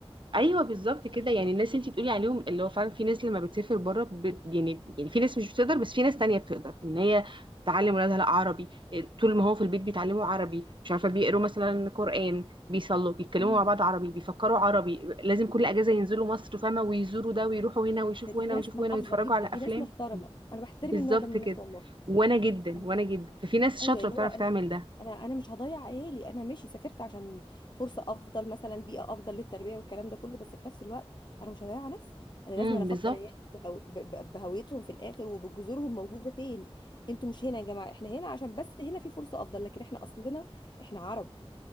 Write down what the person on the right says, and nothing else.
ايوه بالظبط كده يعني الناس اللي انت بتقولي عليهم اللي هو فعلا في ناس لما بتسافر بره بت يعني يعني في ناس مش بتقدر بس في ناس تانية بتقدر ان هي تعلم ولادها لا عربي إيه، طول ما هو في البيت بيتعلموا عربي مش عارفه بيقروا مثلا قرآن بيصلوا بيتكلموا
مع بعض عربي بيفكروا عربي لازم كل اجازه ينزلوا مصر فاهمه ويزوروا ده ويروحوا هنا ويشوفوا
هنا
ويشوفوا
هنا ويتفرجوا
على
افلام
بالظبط
كده
وانا جدا
وانا جدا ففي ناس
شاطره
بتعرف
تعمل ده
امم
بالظبط